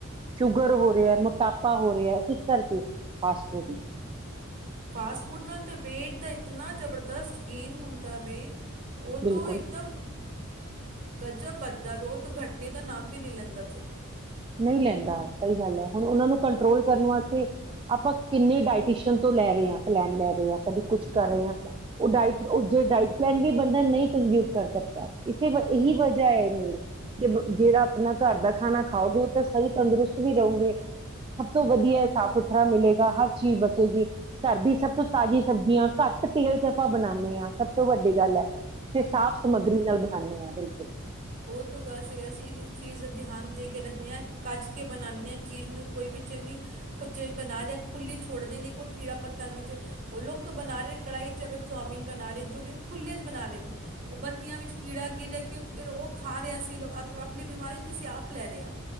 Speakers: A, on the right; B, on the right.
A: ਸ਼ੁੱਗਰ ਹੋ ਰਿਐ, ਮੋਟਾਪ ਪਾ ਹੋ ਰਿਐ। ਕਿਸ ਕਰਕੇ? ਫਾਸਟ ਫੂਡ ਨੂੰ
B: ਫਾਸਟ ਫੂਡ ਨਾਲ ਤੇ ਵੇਟ ਦਾ ਇਤਨਾ ਜਬਰ ਦਸਤ ਗੇਨ ਹੁੰਦਾ ਵੇ ਔ
A: ਬਿਲਕੁਲ
B: ਤੋ ਏਕਦਮ ਗਜ਼ਬ ਵੱਧਦਾ ਵੇ। ਔ ਤੋ ਘਟਨੇ ਦਾ ਨਾਮ ਵੀ ਨੀ ਲੈਂਦਾ ਫਿਰ।
A: ਨਈ ਲੈਂਦਾ, ਸਈ ਗੱਲ ਐ। ਹੁਣ ਉਹਨਾਂ ਨੂੰ ਕੰਟਰੋਲ ਕਰਨ ਵਾਸਤੇ ਆਪਾਂ ਕਿੰਨੇ ਡਾਇਟੀਸ਼ਨ ਤੋਂ ਲੈ ਰੇ ਆਂ, ਪਲੈਨ ਲੈ ਰੇ ਆਂ। ਕਦੀ ਕੁਛ ਕਰ ਰੇ ਆਂ। ਔ ਡਾਈਟ, ਔ ਜੇ ਡਾਈਟ ਪਲੈਨ ਵੀ ਬੰਦਾ ਨਈ ਕੰਜਿਊਮ ਕਰ ਸਕਦਾ। ਇਸੇ ਗਲ ਇਹੀ ਵਜ੍ਹਾ ਐ ਮੇਨ ਕਿ ਬ ਜਿਹੜਾ ਆਪਣਾ ਘਰ ਦਾ ਖਾਣਾ ਖਾਔਗੇ ਤਾਂ ਸਈ ਤੰਦਰੁਸਤ ਵੀ ਰਉਂਗੇ। ਸਭ ਤੋਂ ਵਧੀਆ ਇਹ ਸਾਫ਼ ਸੁਥਰਾ ਮਿਲੇਗਾ। ਹਰ ਚੀਜ਼ ਬਚੇਗੀ। ਘਰ ਦੀ ਸਭ ਤੋਂ ਤਾਜ਼ੀ ਸਬਜ਼ੀਆਂ ਘੱਟ ਤੇਲ ਚ ਆਪਾਂ ਬਨਾਨੇ ਆਂ, ਸਭ ਤੋਂ ਵੱਡੀ ਗੱਲ ਐ ਤੇ ਸਾਫ਼ ਸਮੱਗਰੀ ਨਾਲ ਬਨਾਨੇ ਆਂ। ਬਿਲਕੁਲ।
B: ਔ ਤੋਂ ਗੱਲ ਸਈ ਅ। ਅਸੀ ਇੱਕ-ਇੱਕ ਚੀਜ਼ ਦਾ ਧਿਆਨ ਦੇ ਕੇ ਰੱਖਨੇ ਐ। ਕੱਜ ਕੇ ਬਨਾਨੇ ਐ ਚੀਜ਼ ਨੂੰ ਕੋਈ ਵੀ ਚੰਗੀ ਕੁਛ ਬਣਾ ਰਿਐ ਖੁੱਲੀ ਛੋੜਦੇ ਨੇ ਕੋਈ ਕੀੜਾ ਪਤੰਗਾ ਜ ਔ ਲੋਗ ਤੋ ਬਣਾ ਰੇ ਨ ਕੜਾਈ ਚ ਅਗਰ ਚੌਮਿਨ ਬਣਾ ਰੇ ਜੋ ਬੀ ਉਹ ਖੁੱਲੇ ਚ ਬਣਾ ਰੇ ਨ। ਔ ਬੱਤੀਆਂ ਵਿੱਚ ਕੀੜਾ ਗਿਰ ਰਿਐ ਕੀ ਔ ਕਿੱਕਰ <unintelligible> ਔ ਖਾ ਰਿਹਾ ਸੀ ਆਪਣੀ ਬਿਮਾਰੀ ਤੇ ਅਸੀਂ ਆਪ ਲੈ ਰਹੇ ਹਾਂ